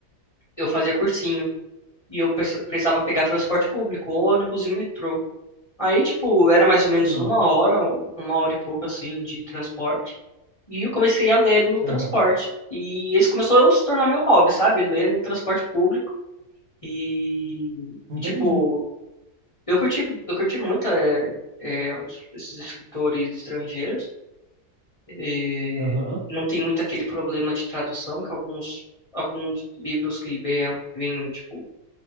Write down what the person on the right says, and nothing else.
sei.
Aham,
entendi.
Aham,